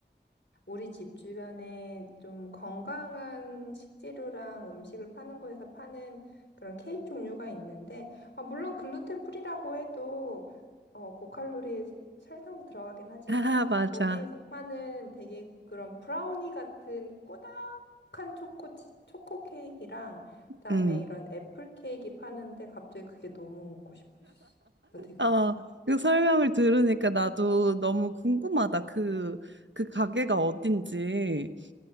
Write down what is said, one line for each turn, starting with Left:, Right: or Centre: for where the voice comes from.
Left: 우리 집 주변에 좀 건강한 식재료랑 음식을 파는 곳에서 파는 그런 케이크 종류가 있는데, 아, 물론 글루텐 프리라고 해도 어, 고칼로리에 설탕도 들어가긴 하지만
Right: 아, 맞아.
Left: 거기에서 파는 되게 그런 브라우니 같은 꾸덕한 초코 치- 초코 케이크랑 그다음에
Right: 음.
Left: 이런 애플 케이크 파는데 갑자기 그게 너무 먹고 싶어졌어. 나 되게
Right: 아, 그 설명을 들으니까 나도 너무 궁금하다. 그, 그 가게가 어딘지.